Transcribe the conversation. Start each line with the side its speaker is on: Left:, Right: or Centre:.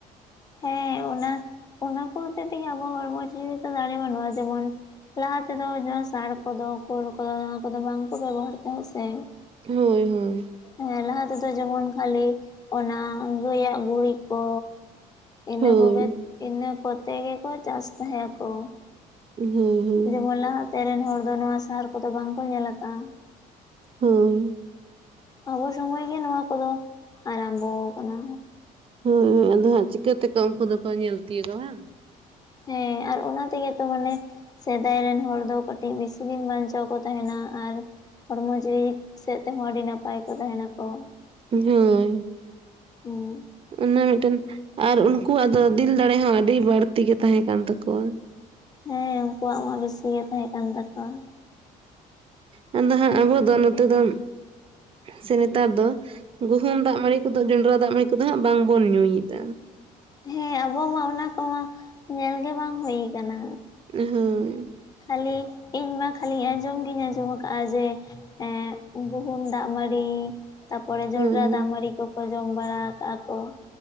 Left: ᱦᱮᱸ ᱚᱱᱟ ᱚᱱᱟ ᱠᱚ ᱦᱚᱛᱮ ᱛᱮᱜᱮ ᱟᱵᱚ ᱦᱚᱲᱢᱚ ᱡᱤᱣᱤ ᱫᱟᱲᱮ ᱵᱟᱹᱱᱩᱜᱼᱟ ᱡᱮᱢᱚᱱ ᱞᱟᱦᱟ ᱛᱮᱫᱚ ᱡᱟᱦᱟᱸ ᱥᱟᱨ ᱠᱚᱫᱚ ᱠᱳᱞ ᱠᱚᱫᱚ ᱚᱱᱟ ᱠᱚᱫᱚ ᱵᱟᱝ ᱠᱚ ᱵᱮᱵᱚᱦᱟᱨ ᱛᱟᱦᱮᱸᱫ ᱥᱮ
Right: ᱦᱳᱭ ᱦᱳᱭ
Left: ᱦᱮᱸ ᱞᱟᱦᱟ ᱛᱮᱫᱚ ᱡᱮᱢᱚᱱ ᱠᱷᱟᱹᱞᱤ ᱚᱱᱟ ᱜᱟᱹᱭᱟᱜ ᱜᱩᱨᱤᱜ ᱠᱚ ᱤᱱᱟᱹ
Right: ᱦᱳᱭ
Left: ᱠᱚᱜᱮᱫ ᱤᱱᱟᱹ ᱠᱚᱛᱮ ᱜᱮᱠᱚ ᱪᱟᱥ ᱛᱟᱦᱮᱸ ᱟᱠᱚ
Right: ᱦᱩᱸ ᱦᱩᱸ
Left: ᱡᱮᱢᱚᱱ ᱞᱟᱦᱟᱛᱮ ᱨᱮᱱ ᱦᱚᱲ ᱫᱚ ᱱᱚᱣᱟ ᱥᱟᱦᱟᱨ ᱠᱚᱫᱚ ᱵᱟᱝ ᱠᱚ ᱧᱮᱞ ᱟᱠᱟᱟᱜᱼᱟ᱾
Right: ᱦᱳᱭ
Left: ᱟᱵᱚ ᱥᱚᱢᱚᱭ ᱜᱮ ᱱᱚᱣᱟ ᱠᱚᱫᱚ ᱟᱨᱟᱢᱵᱚ ᱠᱟᱱᱟ
Right: ᱦᱳᱭ ᱦᱳᱭ ᱟᱫᱚ ᱦᱟᱸᱜ ᱪᱤᱠᱟᱹᱛᱮᱠᱚ ᱩᱱᱠᱩ ᱫᱚᱠᱚ ᱧᱮᱞ ᱛᱤᱭᱳᱜᱟ ᱵᱟᱝ
Left: ᱦᱮᱸ ᱟᱨ ᱚᱱᱟ ᱛᱮᱜᱮ ᱛᱚ ᱢᱟᱱᱮ ᱥᱮᱫᱟᱭ ᱨᱮᱱ ᱦᱚᱲ ᱫᱚ ᱠᱟᱹᱴᱤᱡ ᱵᱮᱥᱤ ᱫᱤᱱ ᱵᱟᱧᱪᱟᱣ ᱠᱚᱸ ᱛᱟᱦᱮᱱᱟ ᱟᱨ ᱦᱚᱲᱢᱚ ᱡᱤᱣᱤ ᱥᱮᱫ ᱛᱮᱦᱚᱸ ᱟᱹᱰᱤ ᱱᱟᱯᱟᱭ ᱠᱚ ᱛᱟᱦᱮᱱᱟᱠᱚᱸ ᱾
Right: ᱦᱳᱭ
Left: ᱦᱩᱸ
Right: ᱚᱱᱟ ᱢᱮᱫᱴᱮᱱ ᱟᱨ ᱩᱱᱠᱩᱣᱟᱜ ᱫᱚ ᱫᱤᱞ ᱫᱟᱲᱮ ᱦᱚᱸ ᱟᱹᱰᱤ ᱵᱟᱹᱲᱛᱤ ᱜᱮ ᱛᱟᱦᱮᱸ ᱠᱟᱱ ᱛᱟᱠᱩᱣᱟ᱾
Left: ᱦᱮᱸ ᱩᱱᱠᱩᱣᱟᱜ ᱢᱟ ᱵᱤᱥᱤ ᱜᱮ ᱛᱟᱦᱮᱸ ᱠᱟᱱ ᱛᱟᱠᱚᱣᱟ
Right: ᱦᱩᱸ ᱟᱫᱚ ᱦᱟᱸᱜ ᱟᱵᱚ ᱫᱚ ᱱᱚᱛᱮ ᱫᱚ ᱥᱮ ᱱᱮᱛᱟᱨ ᱫᱚ ᱜᱩᱦᱩᱢ ᱫᱟᱜ ᱢᱟᱹᱲᱤ ᱠᱚᱫᱚ ᱡᱚᱱᱰᱨᱟ ᱫᱟᱜ ᱢᱟᱹᱲᱤ ᱠᱚᱫᱚ ᱦᱟᱸᱜ ᱵᱟᱝᱵᱚᱱ ᱧᱩᱭᱮᱫᱟ᱾
Left: ᱦᱮᱸ ᱟᱵᱚ ᱢᱟ ᱚᱱᱟ ᱠᱚᱢᱟ ᱧᱮᱞᱜᱮ ᱵᱟᱝ ᱦᱩᱭ ᱠᱟᱱᱟ,
Right: ᱦᱳᱭ
Left: ᱠᱷᱟᱹᱞᱤ ᱤᱧᱢᱟ ᱠᱷᱟᱹᱞᱤ ᱟᱸᱡᱚᱢ ᱜᱤᱧ ᱟᱸᱡᱚᱢ ᱠᱟᱜᱼᱟ ᱡᱮ ᱮ ᱜᱩᱦᱩᱢ ᱫᱟᱜ ᱢᱟᱹᱲᱤ ᱛᱟᱯᱚᱨᱮ ᱡᱚᱱᱰᱨᱟ
Right: ᱦᱳᱭ
Left: ᱫᱟᱜ ᱢᱟᱹᱲᱤ ᱠᱚᱠᱚ ᱡᱚᱢ ᱵᱟᱲᱟ ᱟᱠᱟᱜ ᱟᱠᱚ